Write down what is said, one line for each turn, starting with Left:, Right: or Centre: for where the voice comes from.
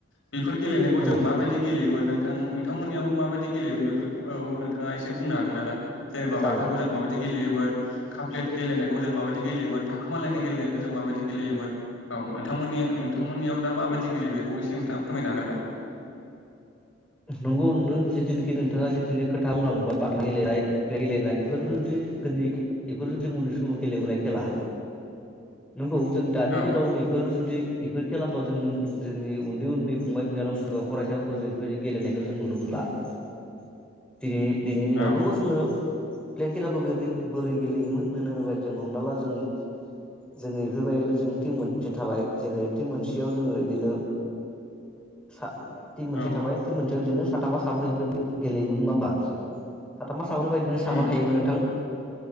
Left: बेफोर गेलेनायखौ
Centre: नंगौ
Left: जों माबायदि गेलेयोमोन नोंथां नोंथांमोननियाव माबायदि गेलेयोमोन बेफोरखौ नोंथाङा एसे बुंनो हागोन? जेनेबा
Centre: जागोन
Left: बाथाखौ जों माबायदि गेलेयो गेलोमोन काप्लेट गेलेनाय जों माबायदि गेलयोमोन थाखोमालाय गेलेनायखौ जों माबाय गेलेमोन औ नोंथांमोननि- नोंथांमोननियाव दा माबायदि गेलेयो बेखौ एसे नोंथाङा फोरमायनो हागोन दा
Centre: नंगौ नों जिनिखि दि‌ नोंथाङा जिखिनि खोथा बुंलांबाय बाथा गेलेनाय- गेलेनाय इफोर दो गोदनि बेफोर जों उन्दै समाव गेलेबोनाय खेला नंगौ जों दानि
Left: औ
Centre: दिनाव नैफोर जुदि इफोर खेलाखौ जों जोंनि उन्दै उन्दै फंबाय बिनानावमोनखौ‌ बा फरायसाफोरखौ जों इफोर बायदि गेलेनायखौ जों नुनो मोनला ।दिनै दिनैनि दिनाव
Left: औ
Centre: नंगौ जोङो प्ले खेलाखौ बोरै बोरै गेलेयोमोन होन‌ होनोबा जों हमना ला जों जों इफोरबायदिनो जों टिम मोनसे थाबाय जेरै टिम मोनसेयाव जोङो इदिनो सा टिम मोनसे
Left: औ
Centre: थाबाय जोलजोनो साथामा साब्रै बेफोर बायदि गेलेयोमोन नङा होमबा साथामा फाफोरबायदिनो साबा
Left: उम
Centre: थायोमोन नोंथां